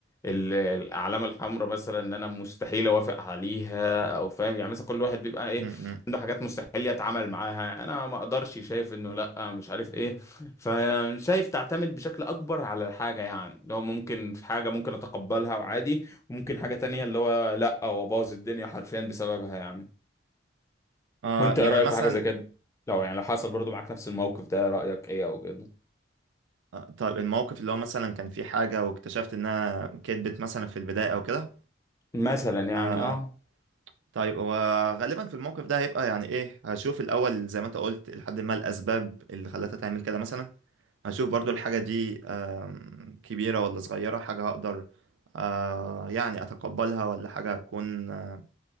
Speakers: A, on the left (about 15°); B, on the right (about 75°).
A: ال- الاعلام الحمراء مثلا ان انا مستحيل اوافق عليها او فاهم يعني مثلا كل واحد بيبقى ايه
B: م-م.
A: عنده حاجات مستحيل يتعامل معاها انا ما اقدرش شايف انه لا مش عارف ايه فشايف تعتمد بشكل اكبر على الحاجه يعني لو ممكن في حاجه ممكن اتقبلها وعادي وممكن حاجه تانية اللي هو لا هو باظ الدنيا حرفيا بسببها يعني
B: آه
A: وانت
B: يعني
A: ايه رايك
B: مثلا
A: في حاجه زي كده لو يعني لو حصل برضو معاك نفس الموقف ده رايك ايه او كده
B: آه، طيب الموقف اللي هو مثلا كان في حاجة واكتشفت إنها كدبت مثلا في البداية أو كده
A: مثلا
B: آه
A: يعني اه
B: طيب هو غالبا في الموقف ده هيبقى يعني إيه هشوف الأول زي ما أنت قلت لحد ما الأسباب اللي خلتها تعمل كده مثلا هشوف برضو الحاجة دي آم، كبيرة ولا صغيرة حاجة هقدر آه، يعني أتقبلها ولا حاجة هتكون آه،